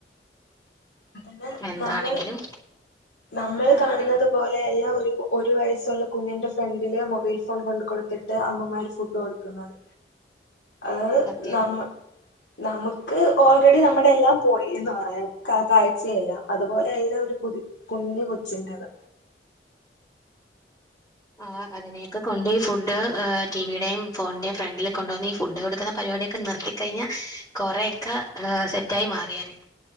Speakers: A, on the left; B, on the left.
A: അതന്നെ
B: എന്താണെങ്കിലും
A: നമ്മള് നമ്മൾ
B: ആഹ്
A: കാണുന്നതൊ
B: പറയ്
A: പോലെയല്ലാ ഒര് ഒരു വയസ്സൊള്ള കുഞ്ഞിൻ്റെ ഫ്രണ്ടില് മൊബൈൽ ഫോൺ കൊണ്ട് കൊടുത്തിട്ട് അമ്മമാര് ഫുഡ് കൊടുക്കുന്നത് അത്
B: സത്യം
A: നമ്മൾ നമ്ക്ക് ഓൾറെഡി നമ്മടെയെല്ലാം പോയീന്ന് പറയാം ക കാഴ്ചയെല്ലാം അതുപോലെയല്ല ഒരു പുത് കുഞ്ഞ് കൊച്ച്ന്റത്
B: ആഹ് അതിനെക്കെകൊണ്ട് ഈ ഫുഡ് ഏഹ് ടീവീടേം ഫോണിന്റേം ഫ്രണ്ടില് കൊണ്ട്‌ വന്ന് ഈ ഫുഡ് കൊടുക്ക്ന്ന പരിപാടിയക്കെ നിർത്തി കയ്ഞ്ഞ കൊറെയക്കെ ഏഹ് സെറ്റായി മാറിയേനെ